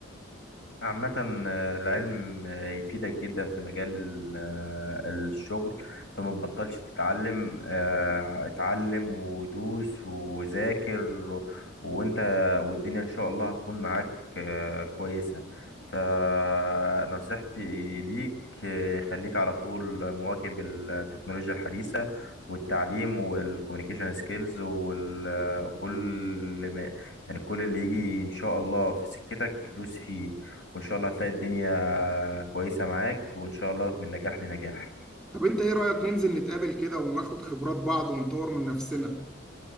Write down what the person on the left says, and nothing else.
عامة آه، العلم آه، يفيدك جدا في مجال آه، الشغل فما تبطلش تتعلم آه، اتعلم ودوس وذاكر و- وانت والدنيا ان شاء الله هتكون معاك آه، كويسة فنصيحتي ليك آه، خليك على طول مواكب التكنولوجيا الحديثة والتعليم والكوميونيكيشن سكيلز وكل ما يعني كل اللي يجي ان شاء الله في سكتك دوس فيه وان شاء الله هتلاقي الدنيا كويسة معاك وان شاء الله من نجاح لنجاح